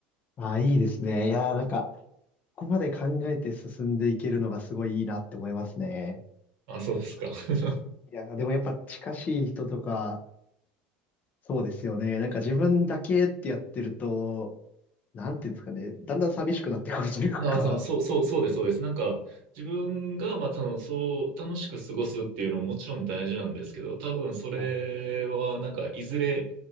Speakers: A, on the left (about 35°); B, on the right (about 70°).
A: ああ、いいですね。いやー、なんか、ここまで考えて進んでいけるのがすごいいいなって思いますね。
B: あ、そうですか。<laughs>
A: いやー、でもやっぱ近しい人とか、そうですよね。なんか自分だけってやってると、なんていうんですかね。だんだん寂しくなってくるというか。
B: あ、そう、そう、そうそうです、そうです。なんか、自分が、まあ、たの、そう、楽しく過ごすっていうのももちろん大事なんですけど、多分それは、
A: はい。
B: なんか、いずれ、